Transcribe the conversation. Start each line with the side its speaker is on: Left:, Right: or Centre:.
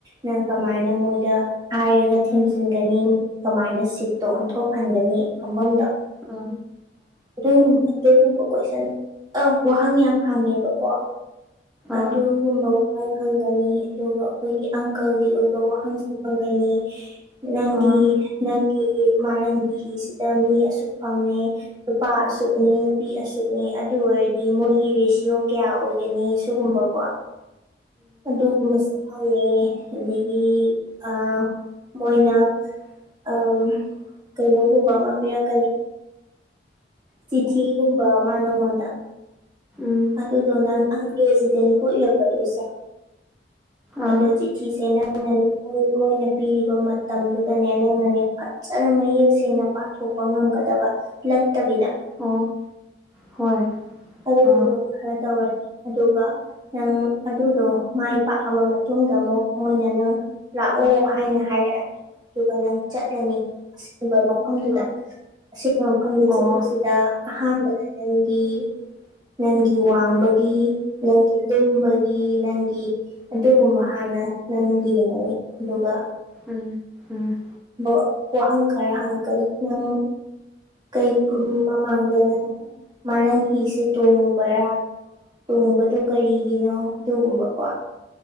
Right: ꯅꯪ ꯀꯃꯥꯏꯅ ꯃꯣꯏꯗ ꯍꯥꯏꯔꯒ ꯊꯦꯝꯖꯤꯟ
Centre: ꯎꯝ
Right: ꯒꯅꯤ ꯀꯃꯥꯏꯅ ꯁꯤꯠꯇꯣ ꯑꯣꯟꯊꯣꯛꯍꯟꯒꯅꯤ ꯐꯝꯐꯝꯗꯣ
Centre: ꯎꯝ
Right: ꯑꯗꯨꯒꯨꯝꯕ ꯑꯗꯨꯒꯨꯝꯕ ꯀꯣꯏꯁꯟ ꯑꯥꯎ ꯋꯥꯍꯪ ꯌꯥꯝ ꯍꯪꯉꯦꯕꯀꯣ
Centre: ꯑ
Right: ꯑꯗꯨ ꯒꯨꯝꯕ ꯍꯪꯒꯅꯤ ꯑꯗꯨꯒ ꯑꯩꯈꯣꯏꯒꯤ ꯑꯪꯀꯒꯤ ꯑꯣꯏꯕ ꯋꯥꯍꯪꯁꯨ ꯍꯪꯒꯅꯤ ꯅꯪꯒꯤ
Centre: ꯑ ꯎꯝ
Right: ꯅꯪꯒꯤ ꯃꯥꯂꯪꯒꯤ ꯍꯤꯁꯤꯗ ꯃꯤ ꯑꯁꯨꯛ ꯐꯝꯃꯦ ꯅꯨꯄꯥ ꯑꯁꯨꯛꯅꯤ ꯅꯨꯄꯤ ꯑꯁꯨꯛꯅꯤ ꯑꯗꯨ ꯑꯣꯏꯔꯗꯤ ꯃꯣꯏꯒꯤ ꯔꯦꯁꯤꯌꯣ ꯀꯌꯥ ꯑꯣꯏꯒꯅꯤ ꯁꯨꯒꯨꯝꯕꯀꯣ ꯑꯗꯨꯒꯨꯝꯕꯁꯨ ꯍꯪꯉꯦ ꯑꯗꯒꯤ ꯑ ꯃꯣꯏꯅ ꯎꯝ ꯀꯩꯅꯣꯒꯨꯝꯕ ꯑꯃ ꯄꯤꯔꯛꯀꯅꯤ ꯆꯤꯊꯤꯒꯨꯝꯕ ꯃꯥ ꯅꯉꯣꯟꯗ
Centre: ꯎꯝ
Right: ꯑꯗꯨꯗꯣ ꯅꯪ ꯑꯪꯒ꯭ꯔꯦꯖꯤꯗꯅꯤꯀ ꯏꯔꯛꯀꯗꯣꯏꯁꯦ
Centre: ꯑ
Right: ꯑꯗꯣ ꯆꯤꯊꯤꯁꯦ ꯅꯪ ꯑꯩꯅꯅꯦ ꯃꯣꯏ ꯃꯣꯏꯅ ꯄꯤꯔꯤꯕ ꯃꯇꯝꯗꯨꯗꯅꯦ ꯅꯪꯅꯅꯦ ꯐꯖꯅ ꯃꯌꯦꯛ ꯁꯦꯡꯅ ꯄꯥꯊꯣꯛ ꯄ ꯉꯝꯒꯗꯕ ꯅꯠꯇꯕꯤꯗ
Centre: ꯑꯣ ꯍꯣꯏ
Right: ꯑꯗꯨꯒꯨꯝꯕ
Centre: ꯑ
Right: ꯈꯔ ꯇꯧꯔꯅꯤ ꯑꯗꯨꯒ ꯅꯪ ꯑꯗꯨꯗꯣ ꯃꯥꯏ ꯄꯥꯛꯑꯕ ꯃꯇꯨꯡꯗ ꯑꯃꯨꯛ ꯃꯣꯏꯅ ꯅꯪ ꯂꯥꯛꯑꯣ
Centre: ꯎꯝ
Right: ꯍꯥꯏꯅ ꯍꯥꯏꯔꯛꯑꯅꯤ ꯑꯗꯨꯒ ꯅꯪ ꯆꯠꯂꯅꯤ ꯑꯁꯤꯒꯨꯝꯕ ꯃꯐꯝꯗꯨꯗ
Centre: ꯑ
Right: ꯑꯁꯤꯒꯨꯝꯕ ꯃꯐꯝꯗꯨ
Centre: ꯑꯣ
Right: ꯆꯠꯄꯁꯤꯗ ꯑꯍꯥꯟꯕꯗ ꯅꯪꯒꯤ ꯅꯪꯒꯤ ꯋꯥꯡꯕꯒꯤ
Centre: ꯎꯝ
Right: ꯅꯪꯒꯤ ꯂꯨꯝꯕꯒꯤ ꯅꯪꯒꯤ
Centre: ꯎꯝ
Right: ꯑꯗꯨꯒꯨꯝꯕ ꯍꯥꯟꯅ ꯅꯪꯒꯤ ꯌꯦꯡꯉꯅꯤ ꯑꯗꯨꯒ
Centre: ꯎꯝ ꯎꯝ
Right: ꯗꯣ ꯋꯥꯍꯪ ꯈꯔ ꯍꯪꯉꯛꯀꯅꯤ ꯅꯪ ꯀꯩ ꯎꯝ ꯃꯃꯥꯡꯗ ꯅꯪ ꯃꯥꯂꯪ ꯍꯤꯁꯦ ꯇꯣꯡꯉꯨꯕꯔꯥ ꯇꯣꯡꯕꯗꯨ ꯀꯔꯤꯒꯤꯅꯣ ꯑꯗꯨꯒꯨꯝꯕꯀꯣ